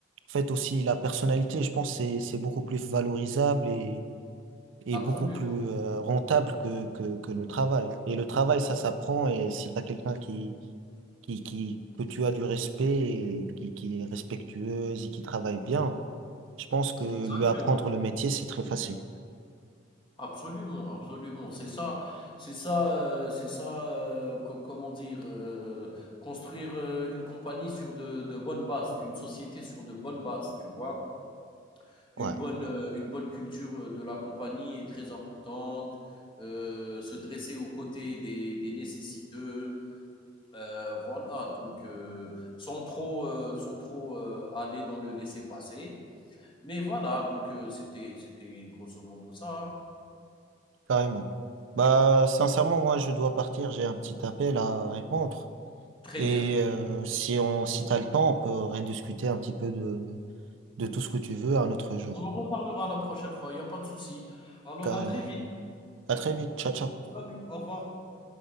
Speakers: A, on the right; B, on the left.
A: En fait, aussi, la personnalité, je pense, c'est, c'est beaucoup plus valorisable et, et
B: absolument,
A: beaucoup plus euh, rentable que, que, que le travail. Et le travail, ça s'apprend. Et si tu as quelqu'un qui, qui, qui, que tu as du respect, et qui, qui est respectueuse et qui travaille bien, je pense que
B: exactement,
A: lui apprendre le métier, c'est très facile.
B: absolument, absolument. C'est ça c'est ça, heu, c'est ça, heu, co comment dire? Heu, construire, heu, une compagnie sur de de bonnes bases, une société sur de bonnes bases, tu vois?
A: Ouais.
B: Une bonne, heu, une bonne culture, heu, de la compagnie est très importante, heu, se dresser aux côtés des des nécessiteux, heu, voilà donc heu, sans trop, heu, sans trop, heu, aller dans le laisser-passer. Mais voilà, donc heu, c'était c'était grosso modo ça, hein.
A: Carrément. Bah, sincèrement, moi, je dois partir. J'ai un petit appel à répondre.
B: Très
A: Et
B: bien.
A: euh, si on, si t'as le temps, on peut rediscuter un petit peu de, de tout ce que tu veux un autre jour.
B: On en reparlera la prochaine fois, il n'y a pas de souci. Alors
A: Carrément.
B: à très vite.
A: À très vite. Ciao, ciao.
B: Salut, au revoir.